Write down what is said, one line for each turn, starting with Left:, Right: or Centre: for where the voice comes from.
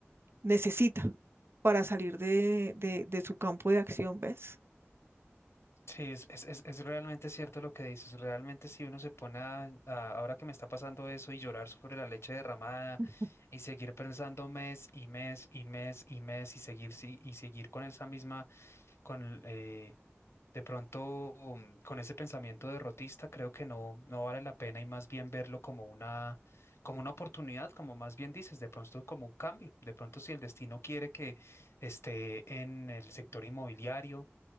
Right: necesita para salir de, de, de su campo de acción, ¿ves?
Left: sí, es, es, es, es realmente cierto lo que dices, realmente si uno se pone a, a- ahora que me está pasando eso y llorar sobre la leche derramada
Right: <laughs>
Left: y seguir pensando mes y mes y mes y mes y seguir, sí, y seguir con esa misma, con, eh, De pronto, mm, con ese pensamiento derrotista, creo que no, no vale la pena y más bien verlo como una, como una oportunidad, como más bien dices, de pronto como un cambio. De pronto, si el destino quiere que esté en el sector inmobiliario,